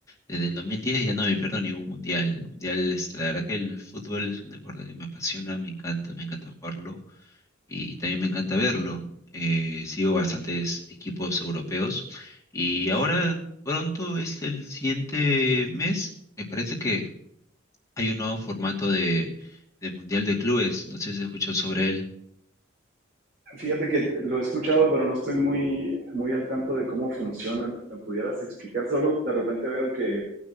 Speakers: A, on the left (about 15°); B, on the right (about 50°).
A: desde el 2010 ya no me pierdo ningún mundial. El mundial es, la verdad que el fútbol es un deporte que me apasiona, me encanta, me encanta jugarlo y también me encanta verlo. Eh, sigo bastantes equipos europeos y ahora
B: Sí.
A: pronto es el siguiente mes. Me parece que hay un nuevo formato de, de Mundial de Clubes. No sé si escuchó sobre él.
B: Fíjate que lo he escuchado, pero no estoy muy, muy al tanto de cómo funciona. ¿no? ¿Me pudieras explicar? Solo de repente veo que